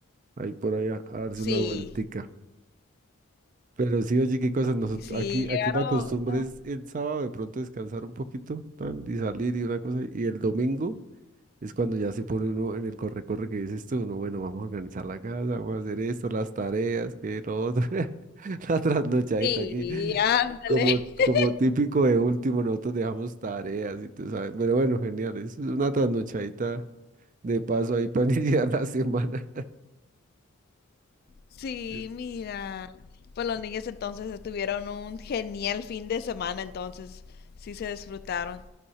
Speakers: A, on the right (about 35°); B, on the left (about 45°).
A: Ahí por allá a a darse
B: Sí,
A: una vueltica. Pero sí, oye, qué cosas. Nosotros,
B: sí,
A: aquí, aquí
B: llegaron.
A: la costumbre
B: ajá.
A: es el sábado de pronto descansar un poquito tan, y salir y una cosa. Y el domingo. Es cuando ya se pone uno en el corre-corre que dices tú, no, bueno, vamos a organizar la casa, vamos a hacer esto, las tareas, que lo otro, <laughs> la trasnochadita
B: Sí,
A: aquí.
B: ándale.
A: Como,
B: <laughs>
A: como típico de último, nosotros dejamos tareas y tú sabes. Pero bueno, genial, es una trasnochadita de paso ahí para <laughs> iniciar la semana.
B: Sí,
A: Es-
B: mira. Pues los niños entonces tuvieron un genial fin de semana, entonces sí se disfrutaron.